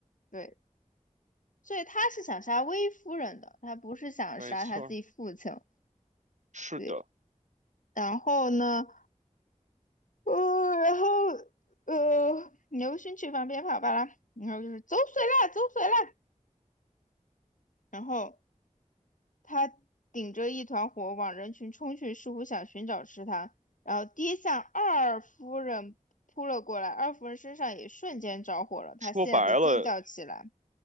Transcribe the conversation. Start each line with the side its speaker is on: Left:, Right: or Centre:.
Left: 对，所以他是想杀薇夫人的，他不是想杀他自己父亲。
Right: 没错儿，是的。
Left: 对，然后呢，呃，然后呃，牛勋去旁边跑巴拉，然后就是走水啦，走水啦，然后。他顶着一团火往人群冲去，似乎想寻找吃他，然后跌向二夫人扑了过来，二夫人身上也瞬间着火了，她吓得尖叫起来。
Right: 说白了，